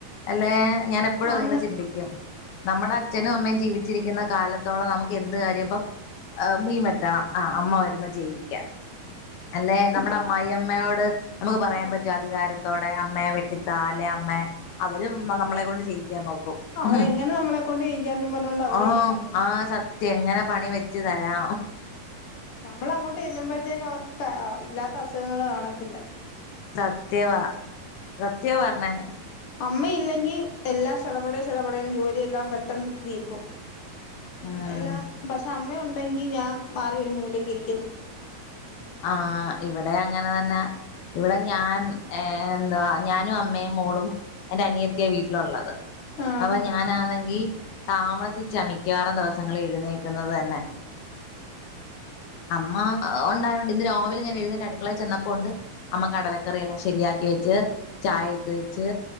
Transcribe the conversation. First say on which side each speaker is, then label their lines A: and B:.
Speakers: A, on the left (about 80°); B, on the left (about 40°).
A: അല്ലേ ഞാൻ എപ്പോഴും അതിങ്ങനെ
B: ആന്ന്
A: ചിന്തിക്കും നമ്മുടെ അച്ഛനും
B: ആഹ്
A: അമ്മയും ജീവിച്ചിരിക്കുന്ന കാലത്തോളം നമുക്ക് എന്ത് കാര്യം ഇപ്പൊ ആ മീൻ വെട്ടണം ആ അമ്മ വരുമ്പോ ജയിക്കാം അല്ലേ നമ്മുടെ
B: ഇപ്പൊ
A: അമ്മായിയമ്മയോട് നമുക്ക് പറയാൻ
B: യോ
A: പറ്റും അധികാരത്തോടെ അമ്മേ വെട്ടിത്താ അലേ അമ്മേ അവരും നമ്മളെ കൊണ്ട് ചെയയിക്കാൻ നോക്കി
B: അവരെങ്ങനെ
A: ഹും
B: നമ്മളെ കൊണ്ട് ചെയ്യിക്കാന്നും പറഞ്ഞോണ്ട് അവരിരിക്കുന്നത്
A: ആ ആ സത്യം എങ്ങനെ പണി വെച്ച് തരാ
B: നമ്മൾ അങ്ങോട്ട് ചെല്ലുമ്പോഴത്തേക്ക് അവർക്ക് ഇല്ലാത്ത അസുഖങ്ങള് കാണത്തില്ല
A: സത്യവാ സത്യാ പറഞ്ഞേ
B: അമ്മയില്ലെങ്കിൽ എല്ലാം ശടപട ശടപടേൻോഊൂഊഊഊ ജോലിയെല്ലാം പെട്ടെന്ന് തീർക്കും
A: ഉം
B: എല്ലാം പക്ഷെ അമ്മ ഉണ്ടെങ്കി ഞാൻ മാറി ഒരു മൂലക്കെ ഇരിക്കു
A: ആ ഇവിടെ അങ്ങന തന്നാ ഇവിടെ ഞാൻ എന്താവാ ഞാനും അമ്മയും മോളും എന്റെ അനിയത്തിയ വീട്ടിലുള്ളത്
B: ആഹ്
A: അവ ഞാനാന്നെങ്കി താമസിച്ചാ മിക്കാറും ദിവസങ്ങൾ എഴുന്നേക്കുന്നത് തന്നെ അമ്മ ഉണ്ടായോണ്ട് ഇന്ന് രാവിൽ ഞാൻ എഴുന്നേറ്റ് അടുക്കളെ ചെന്നപോണ്ട് അമ്മ കടലക്കറില്ലാം ശരിയാക്കി വെച്ച് ചായ ഇട്ട് വെച്ച്